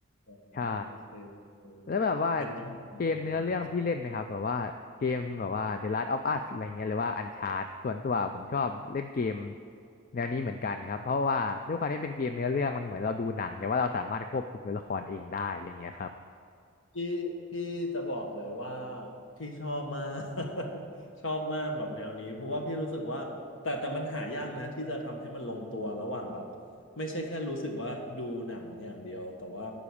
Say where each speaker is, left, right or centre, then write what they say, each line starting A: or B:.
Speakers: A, on the left; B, on the left.
A: อ๋อ
B: ใช่
A: โอเคโอเค
B: แล้วแบบว่า
A: งั้นต้องทำแล้วนะ
B: เกมเนื้อเรื่องพี่เล่นไหมครับแบบว่าเกมแบบว่า The Last of Us อะไรเงี้ยหรือว่า Uncharted ส่วนตัวผมชอบเล่นเกมแนวนี้เหมือนกันครับเพราะว่าด้วยความที่เป็นเกมเนื้อเรื่องมันเหมือนเราดูหนังแต่ว่าเราสามารถควบคุมตัวละครเองได้อะไรเงี้ยครับ
A: พี่พี่จะบอกเลยว่าพี่ชอบมาก <laughs> ชอบมากแบบแนวนี้ เพราะว่าพี่รู้สึกว่าแต่แต่มันหายากนะที่จะทำให้มันลงตัวระหว่างแบบไม่ใช่แค่รู้สึกว่าดูหนังอย่างเดียวแต่ว่า